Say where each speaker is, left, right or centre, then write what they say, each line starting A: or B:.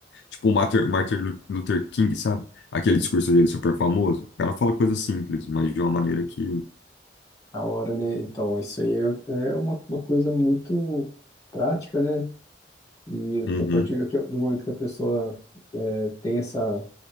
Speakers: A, on the left; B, on the left.
A: Tipo o Martin, Martin Lu- Luther King, sabe? Aquele
B: Sim.
A: discurso dele super famoso. O cara fala coisas simples, mas de uma maneira que.
B: A hora, né? Então, isso aí é, é uma, uma coisa muito prática, né? E
A: Uhum.
B: a partir do que- do momento que a pessoa é, tem essa